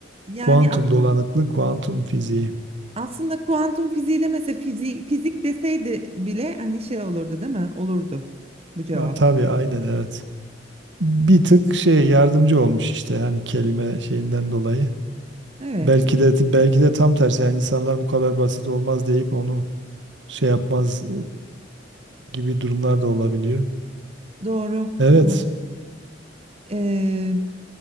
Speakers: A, on the right; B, on the right.
A: yani
B: Kuantum
A: aslında
B: dolanıklık, kuantum fiziği.
A: aslında kuantum fiziği de mesela fizik, fizik deseydi bile hani şey olurdu değil mi? Olurdu bu cevap.
B: Ha, tabii aynen evet. Bir tık şey yardımcı olmuş işte hani kelime şeyinden dolayı.
A: Evet.
B: Belki de belki de tam tersi yani insanlar bu kadar basit olmaz deyip onu şey yapmaz e, gibi durumlar da olabiliyor.
A: Doğru.
B: Evet.
A: Doğru. Ee,